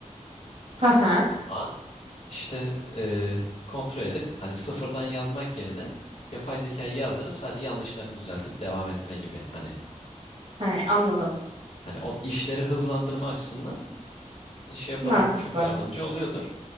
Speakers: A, on the right; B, on the left.
A: Ha ha.
B: Ama İşte e, kontrol edip hani sıfırdan yazmak yerine yapay zekayı yazdırıp sadece yanlışlarını düzeltip devam etme gibi hani
A: Hay, anladım.
B: hani o işleri hızlandırma açısından şey yapabil
A: Mantıklı.
B: çok yardımcı oluyordur.